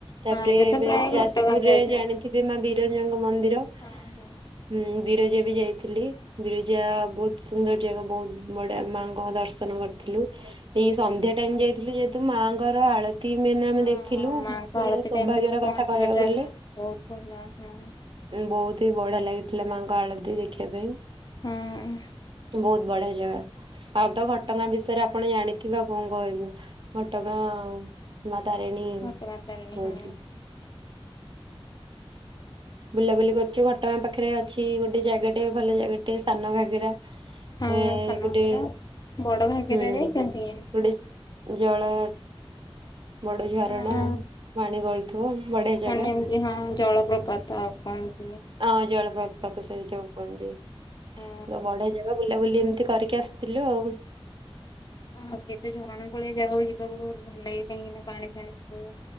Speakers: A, on the right (about 55°); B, on the left (about 45°).
A: ତାପରେ
B: ହଁ ତ
A: ଏବେ
B: ପ୍ରାୟ
A: ଯାଜପୁରରେ
B: ଘଟଗାଁ ଯାଉଛନ୍ତି
A: ଜାଣିଥିବେ ମା ବିରଯାଙ୍କ ମନ୍ଦିର।
B: ହଁ, ହଁ।
A: ହୁଁ, ବିରଜା ବି ଯାଇଥିଲି। ବିରିଜା ବହୁତ ସୁନ୍ଦର ଯାଗା ବହୁତ ବଢିଆ ମାଙ୍କ ଦର୍ଶନ କରିଥିଲୁ। ଏଇ ସନ୍ଧ୍ୟା ଟାଇମ ଯାଇଥିଲୁ ଯେହେତୁ ମାଆଙ୍କର ଆଳ ତୀ ଆମେ
B: ହଁ
A: ଦେଖିଲୁ
B: ମାଙ୍କ
A: ମାନେ
B: ଆଳତି
A: ସୌଭାଗ୍ୟର
B: ଟାଇମ ରେ ତ ପହଞ୍ଚିବାଟା
A: କଥା କହିବାକୁ ଗଲେ।
B: ବହୁତ ଭଲ ହଁ।
A: ବହୁତ ହିଁ ବଢିଆ ଲାଗିଥିଲା ମାଆଙ୍କ ଆଳତି ଦେଖିବା ପାଇଁ।
B: ହାଁ।
A: ବହୁତ ବଢିଆ ଜାଗା। ଆଉ ତ ଘଟଗାଁ ବିଷୟରେ ଆପଣ ଜାଣିଥିବେ କଣ କହିବୁ ଘଟଗାଁ ଆଉ ମା ତାରେଣୀ ରହୁଥିଲେ।
B: ଘଟଗାଁ ତାରିଣୀ ହଁ
A: ବୁଲାବୁଲି କରୁଛୁ ଘଟଗାଁ ପାଖରେ ଅଛି, ଗୋଟେ ଜାଗାଟେ ଭଲ ଜାଗାଟେ ସାନଘାଗେରା।
B: ହଁ
A: ଏ
B: ସାନ ଘାଗରା।
A: ଗୋଟେ
B: ବଡ ଘାଗରା
A: ହୁଁ
B: ଯାଇଛନ୍ତି?
A: ଗୋଟେ ଜଳ ବଡ ଝରଣା
B: ହଁ
A: ପାଣି ଗଳୁଥିବ ବଢିଆ
B: ମାନେ
A: ଜାଗା।
B: ଏମିତି ହଁ ଜଳପ୍ରପାତ ଆଉ କଣ?
A: ହଁ ଜଳପ୍ରପାତ ସେ ଯୋଉ କୁହନ୍ତି
B: ହଁ।
A: ତ ବଢିଆ ଜା ବୁଲାବୁଲି ଏମିତି କରିକି ଆସିଥିଲୁ ଆଉ
B: ହଁ ସେ ତ ଝରଣା କୂଳିଆ ଜାଗାକୁ ଯିବାକୁ ବହୁତ ଭଲ ଲାଗେ କାହିଁକିନା ପାଣି ଫାଣି ସବୁ।